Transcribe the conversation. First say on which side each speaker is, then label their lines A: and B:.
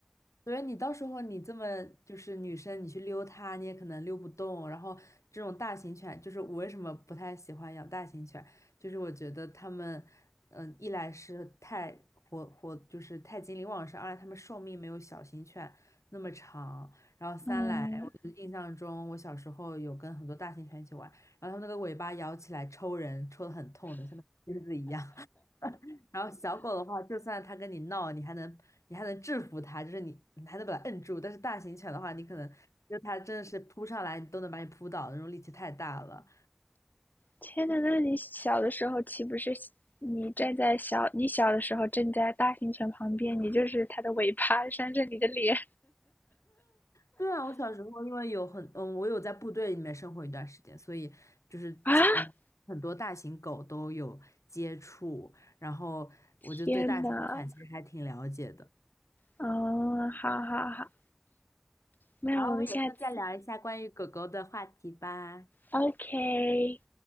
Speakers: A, on the left; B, on the left.
A: 所以你到时候你这么就是女生，你去溜它，你也可能溜不动。然后这种大型犬，就是我为什么不太喜欢养大型犬，就是我觉得它们，嗯、一来是太活活，就是太精力旺盛；二来它们寿命没有小型犬那么长。然后三来，
B: 嗯，
A: 我就印象中我小时候有跟很多大型犬一起玩，然后它们那个尾巴摇起来抽人，抽的很痛的，像那个钉子一样。然后小狗的话，就算它跟你闹，你还能你还能制服它，就是你你还能把它摁住。但是大型犬的话，你可能就它真的是扑上来，你都能把你扑倒，那种力气太大了。
B: 天呐，那你小的时候岂不是你站在小，你小的时候站在大型犬旁边，你就是它的尾巴扇着你的脸
A: 对啊，我小时候因为有很嗯，我有在部队里面生活一段时间，所以就是接嗯很多大型狗都有接触，
B: <laughs> 啊！
A: 然后我就对大型犬其实还挺了解的。
B: 天呐，嗯，好好好，那我们下次
A: 然后我们有空再聊一下关于狗狗的话题吧。
B: ，OK。